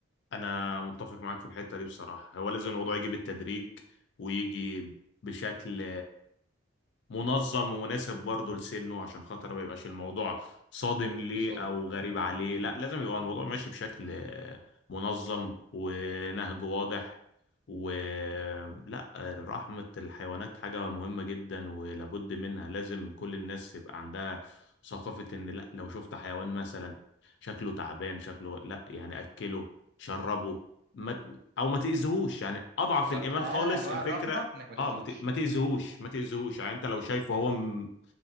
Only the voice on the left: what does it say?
انا متفق معاك في الحته دي بصراحه هو لازم الموضوع يجي بالتدريج ويجي بشكل منظم ومناسب برضه لسنه عشان خاطر ما يبقاش الموضوع صادم ليه
او غريب عليه لا لازم يبقى الموضوع ماشي بشكل آه، منظم ونهج واضح ولا رحمة الحيوانات حاجة مهمة جدا ولابد منها لازم كل الناس يبقى عندها ثقافة ان لا لو شفت حيوان مثلا شكله تعبان شكله لا يعني اكله شربه ما او ما تأذيهوش يعني اضعف
الايمان
خالص
الفكرة
اه ما ت- ما تأذيهوش ما تأذيهوش يعني انت لو شايفه هو م...